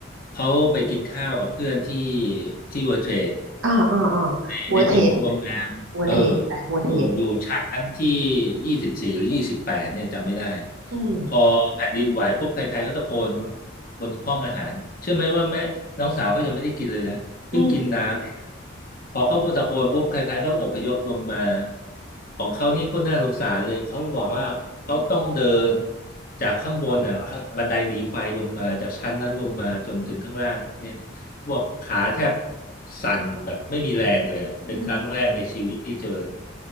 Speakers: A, on the left; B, on the right.
A: เขาไปกินข้าวกับเพื่อนที่ที่เวิร์เทรด
B: อ่าอ่าอ่าหัวเทรดอีกแล้ว
A: ในในส่วนของโรงแรมเออ
B: หัวเทรดไปหัวเทรด
A: อยู่อยู่ชั้นที่ยี่สิบสี่หรือยี่สิบแปดเนี่ยจำไม่ได้
B: อืม
A: พอแผ่นดินไหวปุ๊บใครๆก็ตะโกนบนห้องอาหารเชื่อไหมว่าแม่น้องสาวเขายังไม่ได้กินเลยนะเพิ่งกินน้ำเอง
B: อืม
A: พอเขาตะโกนปุ๊บใครๆก็อพยพลงมาของเขานี่ก็น่าสงสารเลยเขาบอกว่าเขาต้องเดินจากข้างบนอ่ะบันไดหนีไฟลงมาจากชั้นนั้นลงมาจนถึงข้างล่างเนี่ย พวกขาแทบสั่นแบบไม่มีแรงเลยอะเป็นครั้งแรกในชีวิตที่เจอ
B: อืม